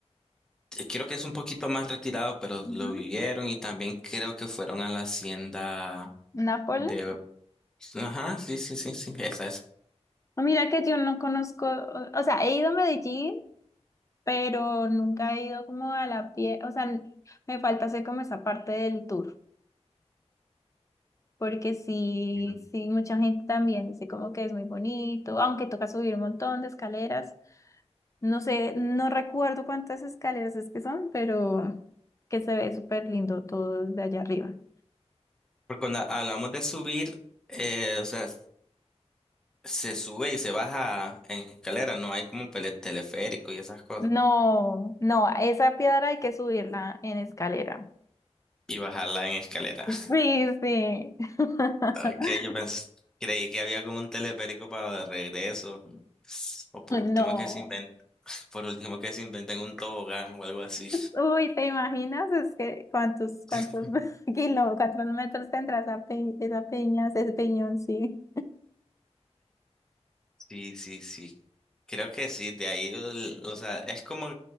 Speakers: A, in the centre; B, on the left.
A: eh, creo que es un poquito más retirado, pero
B: Ujú.
A: lo vivieron y también creo que fueron a la hacienda
B: ¿Nápoles?
A: de... Ajá, sí, sí, sí, sí, esa, esa.
B: Ah, Mira que yo no conozco, o, o sea, he ido a Medellín, pero nunca he ido como a la pie, o sea, me falta hacer como esa parte del tour. Porque sí,
A: Mm.
B: sí, mucha gente también dice como que es muy bonito, aunque toca subir un montón de escaleras. No sé, no recuerdo cuántas escaleras es que son, pero que se ve súper lindo todo desde allá arriba.
A: Porque cuando hablamos de subir, eh, o sea, se sube y se baja en escalera, no hay como pele- teleférico y esas cosas.
B: No, no, a esa piedra hay que subirla en escalera.
A: Y bajarla en escalera. <laughs>
B: Sí, sí. <laughs>
A: Ok, yo pensé, creí que había como un teleférico para de regreso. O por último
B: No.
A: que se inventen, <laughs> por último que se inventen un tobogán o algo así.
B: Uy, ¿te imaginas? Es que cuántos, cuántos
A: <laughs>
B: <laughs> kilos, cuántos metros tendrás esa, pe- esa peña, ese peñón, sí.
A: Sí, sí, sí. Creo que sí, de ahí, el- o sea, es como,